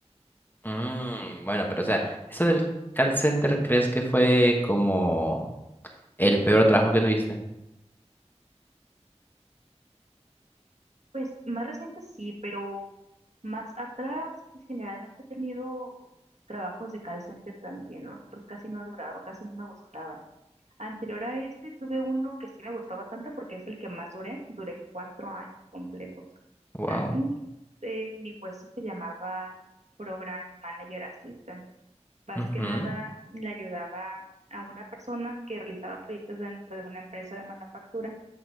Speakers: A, on the left; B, on the right.
A: Mm, bueno, pero o sea, eso del call center, ¿crees que fue como el peor trabajo que tuviste?
B: Pues más reciente sí, pero más atrás, pues generalmente he tenido trabajos de call center también, ¿no? Pero casi no ha durado, casi no me gustaban. Anterior a este tuve uno que sí me gustó bastante porque es el que más duré. Duré cuatro años completos.
A: Wow.
B: Ahí eh, mi puesto se llamaba Program Manager Assistant. Más
A: Ujú.
B: que nada le ayudaba a una persona que realizaba proyectos dentro de una empresa de manufactura,